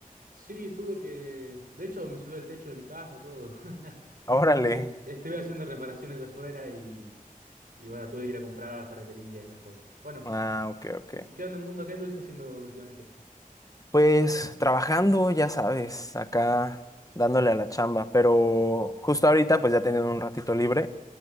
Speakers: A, on the right; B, on the left.
A: sí, estuve que. De hecho, me subí al techo de mi casa, todo. <laughs>
B: Órale.
A: Est- Estuve haciendo reparaciones afuera y. Y bueno, tuve que ir a comprar a la ferretería y esas cosas. Bueno,
B: Ah, ok, ok.
A: ¿y ¿qué onda el mundo? ¿Qué anduviste haciendo últimamente?
B: Pues trabajando, ya sabes, acá dándole a la chamba, pero justo ahorita pues ya tenía un ratito libre